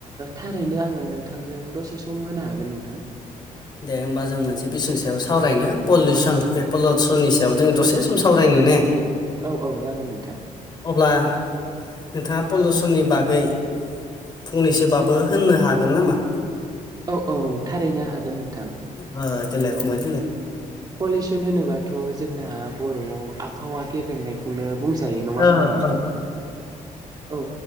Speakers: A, on the right; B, on the left.
A: थारैनो आङो नोंथांजों दसे सम होनो हागोन नोंथां।
B: दे होमबा जों मोनसे बिसयनि सायाव सावरायनो पलिउसन बे पलिउसननि सायाव जों दसे सम सावरायनो ने? <inaudible>
A: औ औ जागोन नोंथां
B: अब्ला नोंथाङा पलिउसननि बागै फंनैसोबाबो होननो हागोन नामा?
A: औ औ थारैनो हागोन नोंथां
B: ओ देलाय
A: औ
B: फंबाय
A: ओ
B: देलाय
A: पलिउसन होनोबाथ' जोंना बर'आव आबहावा गेब्रेंनाय खौनो बुंजायो नङा
B: ओ
A: हबा नोंथां?
B: ओ
A: औ